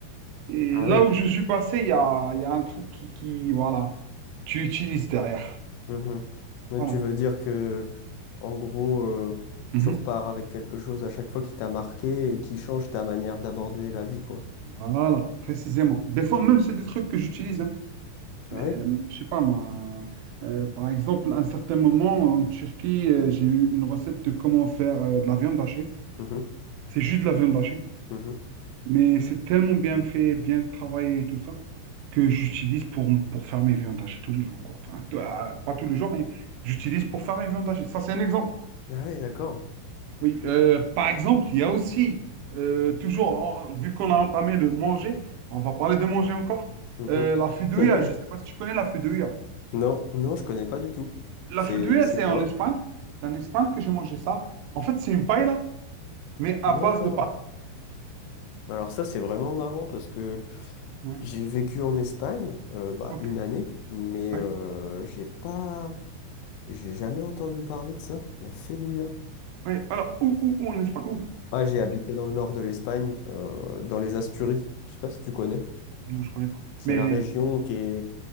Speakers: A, on the right; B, on the left.
A: Et
B: Ah
A: là
B: oui.
A: où je suis passé, il y a, il y a un truc qui, qui, voilà, tu utilises derrière.
B: Mhm. Mais
A: Voilà.
B: Tu veux dire que, en gros, euh,
A: Mhm.
B: tu repars avec quelque chose à chaque fois qui t'a marqué et qui change ta manière d'aborder la vie, quoi.
A: Voilà, précisément. Des fois,
B: Mm.
A: même, c'est des trucs que j'utilise. Hein.
B: Ah
A: Euh,
B: oui.
A: je sais pas moi. euh, par exemple, à un certain moment, en Turquie, euh, j'ai eu une recette de comment faire euh, de la viande hachée.
B: Mhm.
A: C'est juste de la viande hachée.
B: Mhm.
A: Mais c'est tellement bien fait, bien travaillé et tout ça, que j'utilise pour, pour faire mes viandes hachées tous les jours, quoi. Enfin, t- euh, pas tous les jours, mais j'utilise pour faire mes viandes hachées. Ça, c'est un exemple.
B: Ah oui, d'accord.
A: Oui, euh, par exemple, il y a aussi, euh, toujours, en- vu qu'on a entamé le manger, on va parler de manger encore,
B: Mhm.
A: euh, la fideuà,
B: <laughs>
A: je ne sais pas si tu connais la fideuà.
B: Non, non, je connais pas du tout.
A: La
B: C'est,
A: fideuà,
B: c'est
A: c'est
B: quoi?
A: en Espagne, c'est en Espagne que j'ai mangé ça. En fait, c'est une paella, mais à
B: D'accord.
A: base de pâtes.
B: Alors ça, c'est vraiment marrant parce que
A: Ouais.
B: J'ai vécu en Espagne, euh, bah,
A: Ok,
B: une année, mais
A: ouais,
B: euh, j'ai pas, j'ai jamais entendu parler de ça, la Fedouilla.
A: ouais. Alors, où, où, où en Espagne? Où?
B: Ah, j'ai habité dans le nord de l'Espagne, euh, dans les Asturies. Je sais pas si tu connais.
A: Non, je ne connais pas.
B: C'est
A: Mais,
B: la région qui est,